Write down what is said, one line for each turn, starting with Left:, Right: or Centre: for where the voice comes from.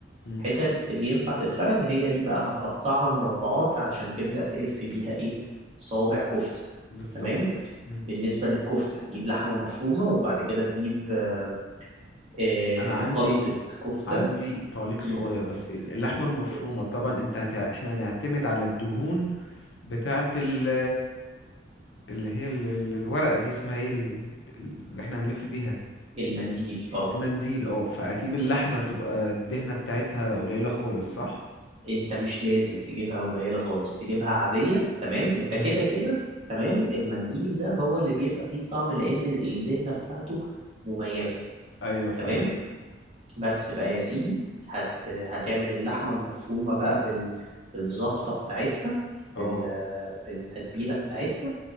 Left: مم.
Right: الحتت اللي ينفع تتفرد هي دي بقى هتقطعها مربعات علشان تبدأ تلف بيها ايه صوابع كفتة
Left: بالظبط
Right: تمام
Left: مم.
Right: بالنسبة للكفتة هتجيب لحمة مفرومة وبعد كده تجيب آه، آه،
Left: انا عندي
Right: خلطة كفتة
Left: عندي تعليق صغير
Right: مم.
Left: بس ال- اللحمه المفرومه
Right: قولي.
Left: طبعا انت هت... احنا هنعتمد على الدهون بتاعه ال... اللي هي ال... ال- الورقه دي اسمها ايه ال- ال- اللي احنا هنلف بيها
Right: المنديل اه
Left: المنديل اه فاكيد اللحمه
Right: مم.
Left: تبقى الدهنه بتاعتها قليله خالص صح
Right: انت مش لازم تجيبها قليلة خالص تجيبها عادية تمام انت
Left: مم.
Right: كده كده تمام المنديل ده هو اللي بيبقى فيه الطعم لأن الدهنة بتاعته مميزة
Left: ايوه فاهمك
Right: تمام بس بقى يا سيدي هت... هتعمل اللحمة المفرومة بقى بال... بالظبطة بتاعتها بال...
Left: اه
Right: بالتتبيلة بتاعتها